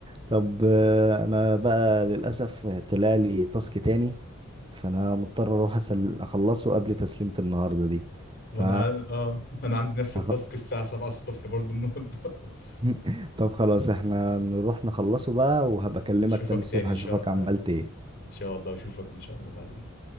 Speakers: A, on the right (about 25°); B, on the left (about 55°).
A: طب آه، انا بقى للاسف طلع لي تاسك تاني فانا مضطر اروح أسل... اخلصه قبل تسليمة النهاردة دي
B: وأنا
A: ف
B: عن... آه أنا عندي نفس
A: هخ-
B: التاسك الساعة 7 الصبح برضو النهاردة <laughs>
A: <laughs> طب خلاص احنا نروح نخلصه بقى وهبكلمك
B: أشوفك
A: تاني الصبح
B: تاني إن
A: اشوفك
B: شاء
A: عملت
B: آه،
A: ايه
B: إن شاء الله أشوفك إن شاء الله بعدين